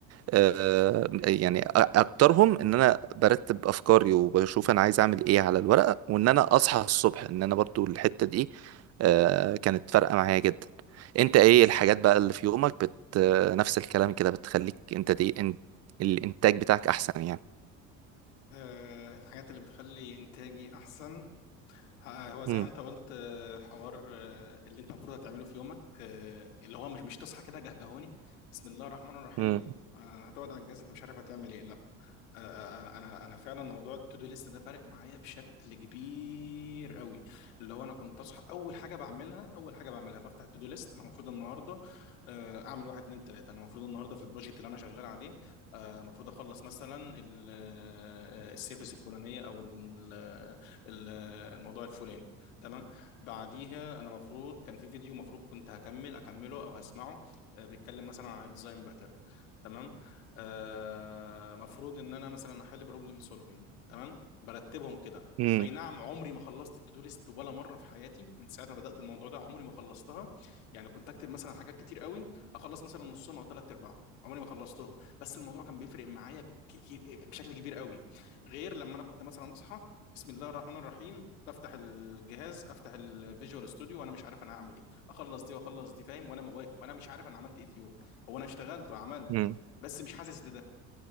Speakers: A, on the right; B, on the left.
A: آه، يعني أ- اكترهم ان انا برتب افكاري وبشوف انا عايز اعمل ايه على الورقه وان انا اصحى الصبح ان انا برضو الحته دي آه، كانت فارقه معايا جدا انت ايه الحاجات بقى اللي في يومك بت آه، نفس الكلام كده بتخليك انت دي انت الانتاج بتاعك احسن يعني
B: أه الحاجات اللي بتخلي إنتاجي أحسن ه- هو زي
A: مم.
B: ما انت قلت آه، حوار آه، اللي انت المفروض هتعمله في يومك آه، اللي هو مش مش تصحى كده جهجهوني بسم الله الرحمن الرحيم
A: مم.
B: آه، هتقعد على الجهاز انت مش عارف هتعمل ايه لا انا انا أنا فعلا موضوع التودو ليست ده فارق معايا بشكل كبير قوي اللي هو انا كنت اصحى اول حاجه بعملها اول حاجه بعملها بفتح التودو ليست انا المفروض النهارده آه، اعمل واحد اتنين تلاته انا المفروض النهارده في البروجكت اللي انا شغال عليه آه، المفروض اخلص مثلا ال- آه، السيرفيس الفلانيه او ال- ال- الموضوع الفلاني تمام بعديها انا المفروض كان في فيديو المفروض كنت هكمل اكمله او هسمعه آه، بيتكلم مثلا عن الديزاين باترن تمام آه، مفروض ان انا مثلا احل بروبلم سولفنج تمام برتبهم كده
A: مم.
B: اي نعم عمري ما خلصت التو دو ليست ولا مره في حياتي من ساعه ما بدات الموضوع ده عمري ما خلصتها يعني كنت اكتب مثلا حاجات كتير قوي اخلص مثلا نصهم او ثلاث ارباعهم عمري ما خلصتهم بس الموضوع كان بيفرق معايا كتير آه، بشكل كبير قوي غير لما انا كنت مثلا اصحى بسم الله الرحمن الرحيم بفتح الجهاز افتح الفيجوال ستوديو وانا مش عارف انا هعمل ايه اخلص دي واخلص دي فاهم وانا وانا مش عارف انا عملت ايه في يوم هو انا اشتغلت وعملت
A: مم.
B: بس مش حاسس بده